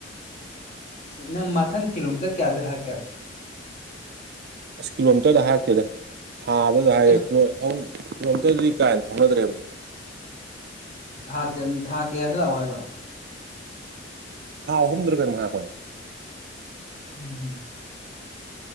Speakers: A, on the left; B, on the right.
A: ꯅ ꯃꯊꯪ ꯀꯂꯣꯃꯤꯇꯔ ꯀꯌꯥꯗꯦ ꯍꯔꯀꯦ
B: ꯑꯁ ꯀꯤꯂꯣꯃꯤꯇꯔꯗ ꯍꯥꯏꯔꯛꯇꯦꯗ ꯊꯥꯗꯨꯗ ꯍꯥꯏꯌꯦꯦ
A: ꯑꯦ
B: ꯀꯩꯅꯣꯝꯇꯗꯤ ꯀꯥꯏꯅ ꯊꯧꯅꯗ꯭ꯔꯦꯕꯩ
A: ꯥ ꯊꯥ ꯀꯌꯥꯗ ꯂꯥꯛꯑꯣ ꯍꯥꯏꯕ
B: ꯊꯥꯎ ꯍꯍꯝꯗꯨꯔꯒꯔ ꯃꯍꯥꯛ ꯀꯣꯏ
A: ꯎꯝꯗ